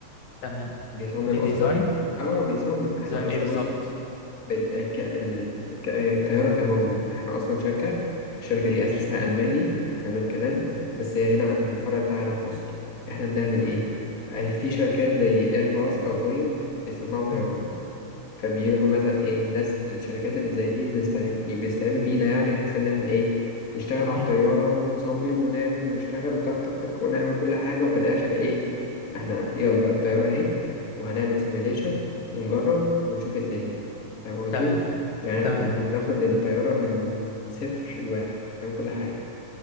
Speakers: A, on the left; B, on the left.
A: تمام
B: بيصمم
A: بديزاين
B: أصلا أه بيصمم إحنا
A: ديزاين
B: أصل
A: ايه بالظبط
B: بص بال- ك- ال- ك- الطيارة كمجمل احنا أصلا شركة الشركة دي
A: ماشي
B: أساسها ألماني حلو الكلام بس هي هنا الفرع بتاعنا في مصر احنا بنعمل
A: تمام
B: إيه؟ أي في شركات زي إيرباص أو بوينج بيصنعوا طيران
A: امم
B: فبيروحوا مثلا ايه الناس الشركات اللي زي دي بنستعين بيستعينوا بينا يعني بحيث ان احنا ايه نشتغل على
A: امم
B: الطيارة ونصمم ونعمل ونشتغل وتك تك تك ونعمل كل حاجة وفي الآخر ايه احنا يلا الطيارة اهي وهنعمل سيميوليشن ونجرب ونشوف الدنيا فاهم قصدي؟
A: تمام
B: يعني
A: تمام
B: احنا بناخد الطيارة من صفر لواحد نعمل كل حاجة